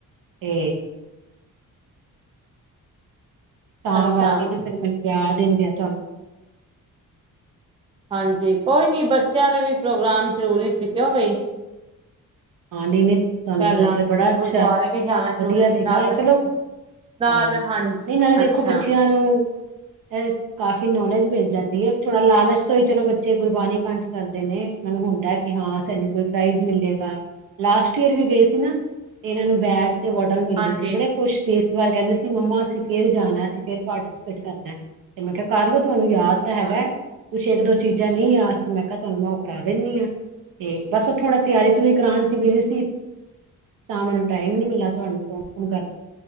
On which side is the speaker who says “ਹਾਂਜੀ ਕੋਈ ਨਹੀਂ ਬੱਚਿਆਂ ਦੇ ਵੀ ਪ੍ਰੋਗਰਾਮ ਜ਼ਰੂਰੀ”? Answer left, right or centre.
Right